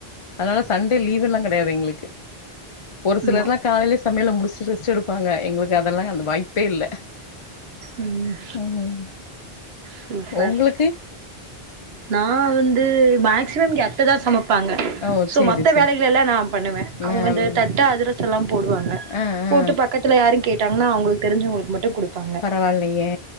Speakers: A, on the left (about 40°); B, on the right (about 75°).
A: அதனால சண்டே லீவு லா கெடையாது எங்ளுக்கு ஒரு
B: ஆமா
A: சிலர்ல்லா காலையிலே சமையல முடிச்சிட்டு ரெஸ்ட் எடுபாங்க எங்ளுக்கு அதெல்லா அந்த வாய்ப்பே இல்ல
B: ம்
A: ம்
B: சூப்பர்
A: உங்களுக்கு
B: நா வந்து மேக்சிமம் இங்க அத்ததா சமப் பாங்க
A: ஓ
B: சோ
A: சேரி
B: மத்த
A: சேரி
B: வேலைகள் எல்லா நா பண்ணுவே அவங்க
A: மேம்
B: இந்த தட்ட அதிரசல்லா போடுவாங்க
A: ஆ
B: போட்டு
A: ஆ
B: பக் கத்துல யாரு கேட்டாங்கன்னா அவங்ளுக்கு தெரிஞ்சவங்ளுக்கு மட்டு குடுபாங்க
A: பரவால்லையே